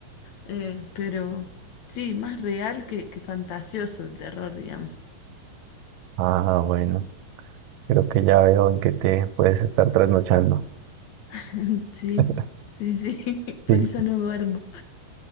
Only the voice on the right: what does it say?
Ah, bueno, creo que ya veo en qué te puedes estar trasnochando.
<laughs>
Sí.